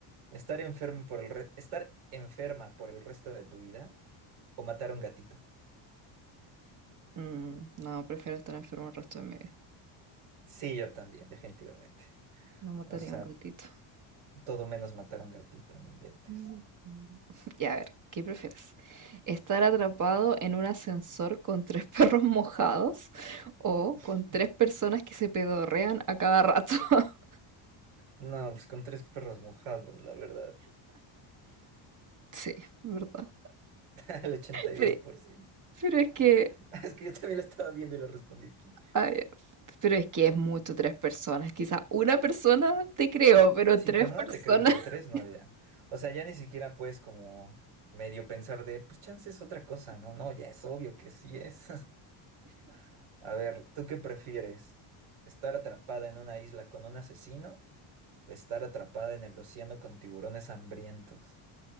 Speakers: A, on the right; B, on the right.
A: Estar enfermo por el re- estar enferma por el resto de tu vida o matar a un gatito.
B: Mm, no, prefiero estar enfermo el resto de mi vida.
A: Sí, yo también, definitivamente.
B: No mataría
A: O sea,
B: a un gatito.
A: todo menos matar a un gatito, no inventes.
B: Mm, <laughs> mm. Y a ver, ¿qué prefieres? ¿Estar atrapado en un ascensor con tres <laughs> perros mojados o
A: <laughs>
B: con tres personas que se pedorrean a cada rato? <laughs>
A: No, pues con tres perros mojados, la verdad.
B: Sí, ¿verdad?
A: <laughs> El ochenta y
B: Pero,
A: dos por ciento.
B: pero es que,
A: <laughs> Es que yo también la estaba viendo y la respondí aquí.
B: ay, pero es que es mucho tres personas. Quizá una persona te creo, pero
A: Sí,
B: tres
A: con una
B: personas.
A: te creo, pero
B: <laughs>
A: tres no, ya. O sea, ya ni siquiera puedes como medio pensar de, pues chance es otra cosa, ¿no? No, ya es obvio que sí es. <laughs> A ver, ¿tú qué prefieres? ¿Estar atrapada en una isla con un asesino o estar atrapada en el océano con tiburones hambrientos?